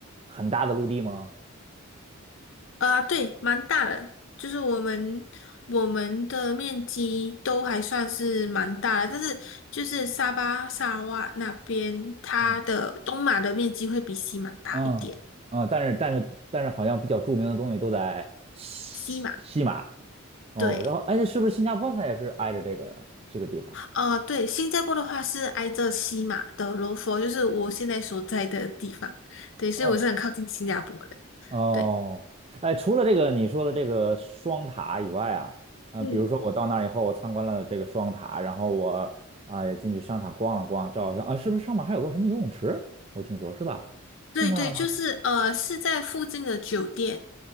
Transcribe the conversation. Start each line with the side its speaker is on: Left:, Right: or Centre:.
Right: 很大的陆地吗？
Left: 呃，对，蛮大的，就是我们我们的面积都还算是蛮大的，但是就是沙巴、沙拉哇那边，它的东马的面积会比西马大一点。
Right: 嗯嗯嗯，但是但是但是好像比较著名的东西都在西西马
Left: 西马，
Right: 哦，
Left: 对，
Right: 然后哎，是不是新加坡它也是挨着这个这个地方？
Left: 呃，对，新加坡的话是挨着西马的罗佛，就是我现在所在的地方，对，所以我是很靠近新加坡的。
Right: 哦。哦，
Left: 对，
Right: 哎，除了这个你说的这个双塔以外啊，呃，
Left: 嗯，
Right: 比如说我到那儿以后，我参观了这个双塔，然后我啊、也进去商场逛了逛，照了相啊，是不是上面还有个什么游泳池？我听说是吧？是那儿吗？
Left: 对对，就是呃是在附近的酒店，